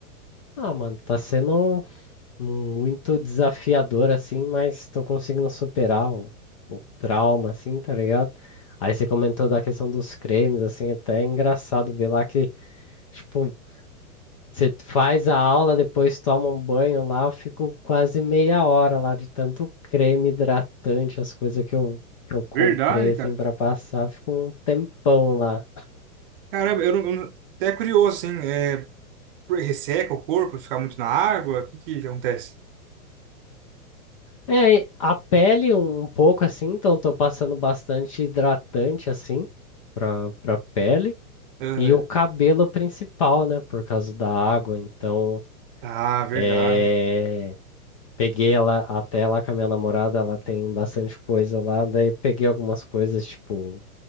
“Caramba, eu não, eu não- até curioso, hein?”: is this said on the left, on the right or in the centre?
Right